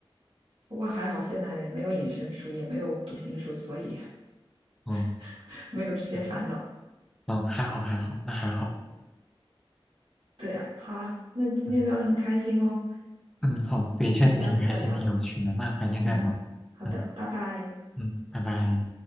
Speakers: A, on the right; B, in the centre.
A: 不过还好，现在没有隐身术，也没有读心术，所以
B: 嗯
A: <laughs> 没有这些烦恼。
B: 嗯，嗯还好还好，那还好，
A: 对呀，好啊，那今天聊得很开心哦，
B: 嗯嗯好，对，
A: 我们下次再聊。
B: 确实挺开心，挺有趣的。那改天再聊，
A: 嗯，好的，
B: 嗯
A: 拜拜。
B: 嗯，拜拜。